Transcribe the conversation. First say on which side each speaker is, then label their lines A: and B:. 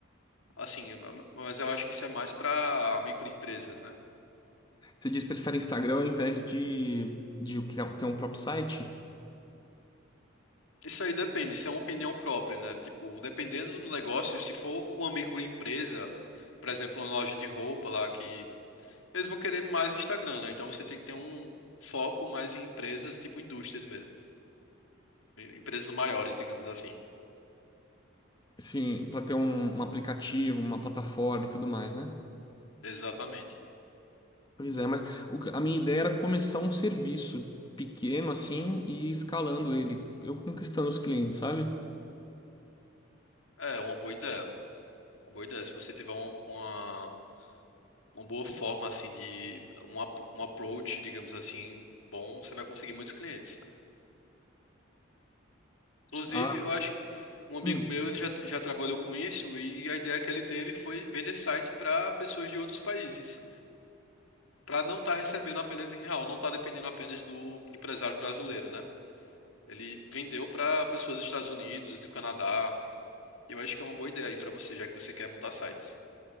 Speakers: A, on the left; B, on the left.
A: Assim, mas eu acho que isso é mais para microempresas, né?
B: Você diz que prefere Instagram ao invés de, de criar, ter um próprio site?
A: Isso aí depende, isso é uma opinião própria, né? Tipo, dependendo do negócio, se for uma microempresa, por exemplo, uma loja de roupa lá, que eles vão querer mais Instagram, né? Então você tem que ter um foco mais em empresas, tipo indústrias mesmo. em- Empresas maiores, digamos assim.
B: Sim, pra ter um, um aplicativo, uma plataforma e tudo mais, né?
A: Exatamente.
B: Pois é, mas o que- a minha ideia era começar um serviço pequeno assim e ir escalando ele, eu conquistando os clientes, sabe?
A: É, uma boa ideia. Uma boa ideia. Se você tiver um, uma- uma boa forma assim de um, ap- um approach, digamos assim, bom, você vai conseguir muitos clientes. Inclusive,
B: Ah,
A: eu acho que um amigo
B: hum.
A: meu, ele já, já trabalhou com isso e a ideia que ele teve foi vender site para pessoas de outros países, para não estar recebendo apenas em real, não estar dependendo apenas do empresário brasileiro, né? Ele vendeu para pessoas dos Estados Unidos, do Canadá. Eu acho que é uma boa ideia aí para você, já que você quer montar sites.